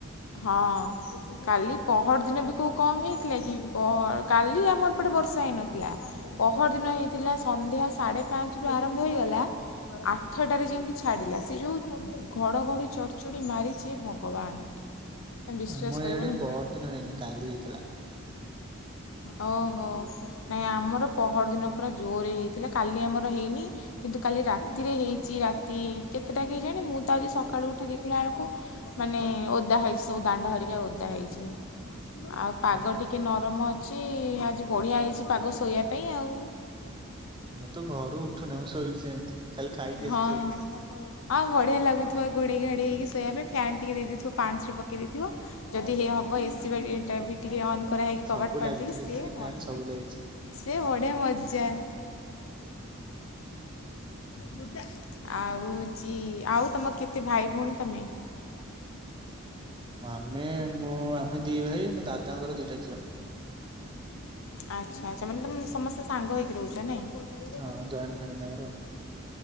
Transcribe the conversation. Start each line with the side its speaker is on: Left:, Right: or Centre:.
Left: ହଁ କାଲି ପହର ଦିନ ବି କୋଉ କମ୍ ହେଇଥିଲା କି ପହ କାଲି ଆମ ଏପଟେ ବର୍ଷା ହେଇନଥିଲା। ପହର ଦିନ ହେଇଥିଲା ସନ୍ଧ୍ୟା ସାଢେ ପାଞ୍ଚରୁ ଆରମ୍ଭ ହୋଇଗଲା। ଆଠଟାରେ ଯାଇକି ଛାଡିଲା ସେ ଯୋଉ ଘଡ଼ଘଡ଼ି ଚଡ଼ଚଡି଼ ମାରିଛି ହେ ଭଗବାନ। ତମେ ବିଶ୍ୱାସ
Right: ଆମ
Left: କରିବନି
Right: ଇଆଡେ ପହର ଦିନ ହେଇନି କାଲି ହେଇଥିଲା।
Left: ଓହୋ। ନାଇଁ ଆମର ପହର ଦିନ ପୁରା ଜୋରେ ହେଇଥିଲା କାଲି ଆମର ହେଇନି। କିନ୍ତୁ କାଲି ରାତିରେ ହେଇଛି ରାତି କେତେଟା କେଜାଣି ମୁଁ ତ ଆଜି ସକାଳୁ ଉଠି ଦେଖିଲା ଏଳକୁ ମାନେ ଓଦା ହେଇଛି ସବୁ ଦାଣ୍ଡ ହରିକି ଓଦା ହେଇଛି। ଆଉ ପାଗ
Right: ହଁ
Left: ଟିକେ ନରମ ଅଛି ଆଜି ବଢିଆ ହେଇଛି ପାଗ ଶୋଇବା ପାଇଁ ଆଉ।
Right: ମୁଁ ତ ଘରୁ ଉଠୁନି ମୁଁ ଶୋଇଚି ସେମିତି ଖାଲି ଖାଇକି ଆସି
Left: ହଁ।
Right: ଶୋଇଚି।
Left: ଆ ବଢ଼ିଆ ଲାଗୁଥୁବ ଘୋଡ଼େଇ ଘାଡ଼େଇ ହେଇକି ଶୋଇବା ପାଇଁ ଫ୍ୟାନ୍ ଟିକେ ଦେଇ ଦେଇଥୁବ ପାଞ୍ଚରେ ପକେଇ ଦେଇଥିବ। ଯଦି ହେ ହବ ଏସିି ବାଡିଟା ବି ଟିକେ ଅନ୍ କରାହେଇକି କବାଟ
Right: ସବୁ
Left: ଫବାଟ
Right: ଲାଗିଚି
Left: ଦେଇକି ସିଏ
Right: ଏସିି ଫ୍ୟାନ
Left: ମଜା।
Right: ସବୁ ଲାଗିଚି।
Left: ସେ ବଢିଆ ମଜା। ବୁନ୍ଧା। ଆଉ ହଉଚି ଆଉ ତମ କେତେ ଭାଇ ଭଉଣୀ ତମେ?
Right: ଆମେ ମୋ ଆମେ ଦି ଭାଇ ମୋ ଦାଦାଙ୍କର ଦିଟା ଝିଅ।
Left: ଆଚ୍ଛା ଆଚ୍ଛା ମାନେ ତମେ ସମସ୍ତେ ସାଙ୍ଗ ହେଇକି ରହୁଚ ନାଇଁ। ଫୋ ଟା ନେଇଜେ
Right: ହଁ
Left: ପାଚନ
Right: ଜଏଣ୍ଟ ଫ୍ୟାମିଲି ଆମର।